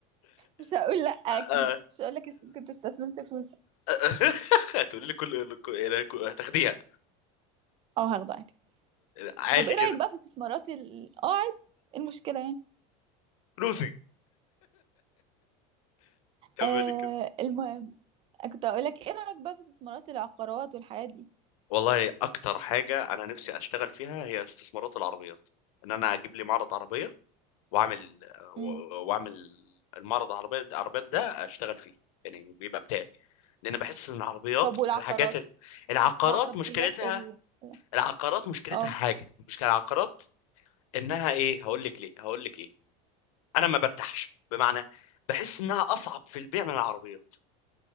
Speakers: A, on the right (about 30°); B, on the left (about 80°).
A: مش هقول لا اكيد
B: آه.
A: مش هقول لك است- كنت استثمرت فلوسك
B: <laughs> هتقولي لي كل كل- هتاخديها
A: اه هاخده عادي
B: عادي
A: طب ايه
B: كده
A: رايك بقى في استثمارات ال اه عادي إيه المشكله يعني
B: فلوسي كملي
A: آه المهم كنت هقول لك ايه رايك بقى في استثمارات العقارات والحاجات دي
B: والله اكتر حاجه انا نفسي اشتغل فيها هي استثمارات العربيات ان انا اجيب لي معرض عربيه واعمل و-
A: امم
B: واعمل المعرض العربيه العربيات ده اشتغل فيه يعني بيبقى بتاعي لان بحس ان العربيات
A: طب والعقارات
B: من الحاجات ال- العقارات
A: العربيات
B: مشكلتها
A: ال ال-
B: العقارات مشكلتها
A: اه
B: حاجه مشكله العقارات انها ايه هقول لك ليه هقول لك ايه انا ما برتاحش بمعنى بحس انها اصعب في البيع من العربيات